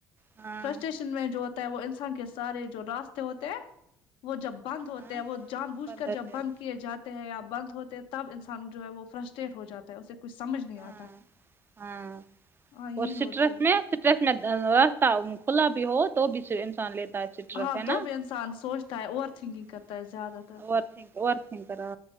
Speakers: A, on the right (about 25°); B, on the left (about 85°).
A: ہاں
B: فرسٹریشن میں جو ہوتا ہے وہ انسان کے سارے جو راستے ہوتے ہیں وہ جب بند ہوتے
A: ہاں
B: وہ جان بوجھ کر
A: ہوتے
B: جب بند
A: ہیں،
B: کیے جاتے ہیں یا بند ہوتے ہیں تب انسان جو ہے وہ فرسٹریٹ ہو جاتا ہے اسے کچھ سمجھ نہیں
A: ہاں
B: آتا
A: ہاں
B: ہاں یہی
A: اور
B: ہوتی
A: سٹرس
B: ہے
A: میں راستہ کھلا بھی ہو تو بھی انسان لیتے چٹرک
B: ہاں
A: ہے
B: تو
A: ناورنگ
B: بھی انسان سوچتا ہے اوور تھنکنگ کرتا ہے زیادہ تر
A: وور تھن کرا